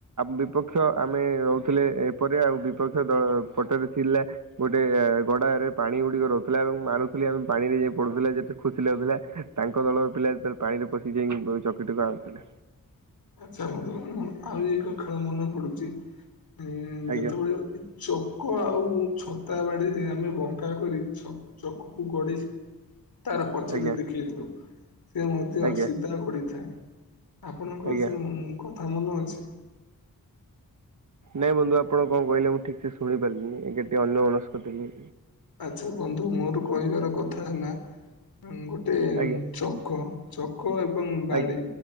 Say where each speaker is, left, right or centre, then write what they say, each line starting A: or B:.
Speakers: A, on the right (about 55°); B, on the left (about 80°).
A: ବିପକ୍ଷ ଆମେ ଥିଲେ ଏପଟେ ଆଉ ବିପକ୍ଷ ଦଳ ପଟରେ ଥିଲା ଗୋଟେ ଗଡା ରେ ପାଣି ଗୁଡିକ ରହୁଥିଲା ମାରୁଥିଲି ଆମ ପାଣିରେ ଯାଇ ପଡୁଥିଲା ଯେତେ ଖୁସି ଲାଗୁଥିଲା, ତାଙ୍କ ଦଳର ପିଲା ଯେତେବେଳେ ପାଣିରେ ପଶି ଯାଇକି <unintelligible> ଆାଉଥିଲେ।
B: ଆଛା ବନ୍ଧୁ ଆଉ ଏକ ଖେଳ ମନେ ପଡୁଚି ଉଁ
A: ଆଜ୍ଞା
B: ଯେତେବେଳେ ଚକ ଆଉ ଛତା ବାଡିରେ ଆମେ ବଙ୍କା କରି ଛ ଚକକୁ ଗଡେଇ ତାର ପଚେରେ
A: ଆଜ୍ଞା
B: ଦେଖେଇଥାଉ ସେ ମଧ୍ୟ
A: ଆଜ୍ଞା
B: ସିଧା ଗଡିଥାଏ। ଆପଣଙ୍କର
A: ଆଜ୍ଞା
B: ସେଉ କଥା ମନେ ଅଛି।
A: ନାଇଁ ବନ୍ଧୁ ଆପଣ କଣ କହିଲେ ମୁଁ ଠିକ୍ ସେ ଶୁଣି ପାରିଲିନି। ଏବେ ଟିକେ ଅନ୍ୟମନସ୍କ ଥିଲି।
B: ଆଚ୍ଛା ବନ୍ଧୁ ମୋର କହିବାର କଥା ହେଲା ଗୋଟେ
A: ଆଜ୍ଞା
B: ଚକ ଚକ ଏବଂ ବାଡ଼ି
A: ଆଜ୍ଞା